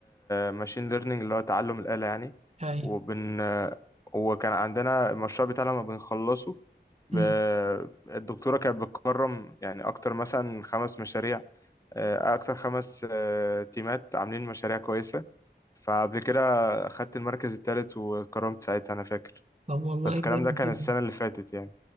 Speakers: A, on the left; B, on the right.
A: ماشين ليرنينج اللي هو تعلم الآلة يعني
B: ايوه
A: وبن وكان عندنا المشروع بتاعنا لما بنخلصه ب...
B: امم
A: الدكتورة كانت بتكرم يعني أكتر مثلا خمس مشاريع آه، أكتر خمس آه، تيمات عاملين مشاريع كويسة فقبل كده أخدت المركز التالت واتكرمت ساعتها أنا فاكر
B: طب والله
A: بس الكلام
B: جامد
A: ده كان
B: جدا
A: السنة اللي فاتت يعني